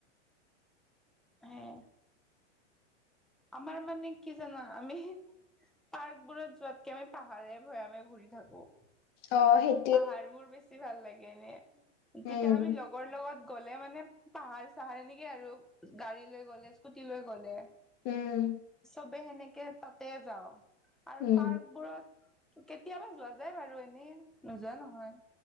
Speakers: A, in the centre; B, on the left.
A: সেয়াই আমাৰ মানে কি জানা আমি- পাৰ্ক বোৰত যোৱাতকে আমি পাহাৰে ভৈয়ামে ঘূৰি থাকো।
B: অ সেই-
A: পাহাৰ বোৰ বেছি ভাল লাগে এনে, তেতিয়া
B: উম
A: আমি লগ- লগৰ লগত গ'লে মানে পাহাৰ চাহাৰ এনেকে আৰু গাড়ী লৈ গ'লে স্কুটি লৈ গ'লে।
B: উম
A: চবে সেনেকে তাতে যাওঁ আৰু
B: উম
A: পাৰ্কবোৰত। কেতিয়াবা যোৱা যাই বাৰু এনেই নোযোৱা নহয়।